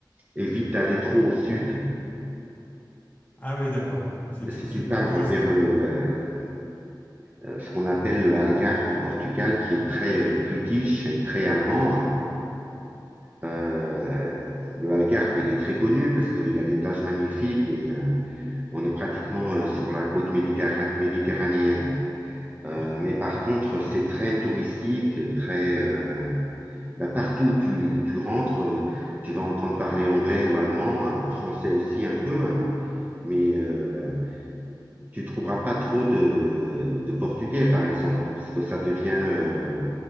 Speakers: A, on the right; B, on the left.
A: évite d'aller trop au sud.
B: Ah oui, d'accord. C'est t-
A: Si
B: c'est
A: tu
B: plus
A: pars
B: touristique.
A: vers le, euh, euh, ce qu'on appelle le Algarve au Portugal, qui est très euh, british et très allemand, hein, euh, le Algarve, il est très connu parce qu'il y a des plages magnifiques et euh, on est pratiquement euh, sur la côte méditerra- méditerranéenne. Euh,
B: Ouais.
A: mais par contre, c'est très touristique, très... euh, Bah, partout où tu, tu rentres, euh, tu vas entendre parler anglais ou allemand, hein, français aussi un peu, hein, mais euh, tu trouveras pas trop de, de portugais, par exemple, parce que ça devient, euh,